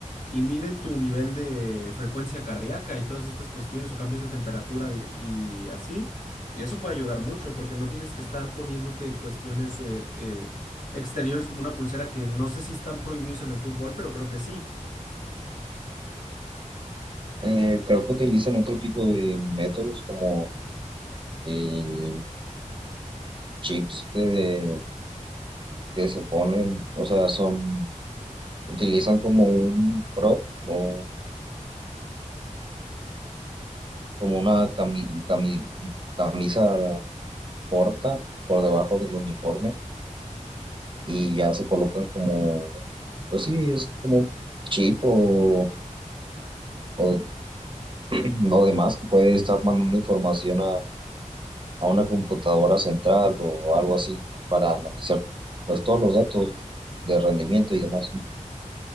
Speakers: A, on the left; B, on the right.
A: y miden tu nivel de frecuencia cardíaca y todas estas cuestiones o cambios de temperatura dir- y así. Y eso puede ayudar mucho porque no tienes que estar poniéndote cuestiones eh, eh, exteriores como una pulsera que no sé si están prohibidos en el fútbol, pero creo que sí.
B: Eh, creo que utilizan otro tipo de métodos como eh, chips que, que se ponen, o sea, son, utilizan como un prop o como una cami- cami- camisa corta por debajo del uniforme y ya se colocan como, pues sí, es como un chip o, o, <clears throat> o demás que puede estar mandando información a una computadora central o algo así para analizar pues todos los datos de rendimiento y demás. sí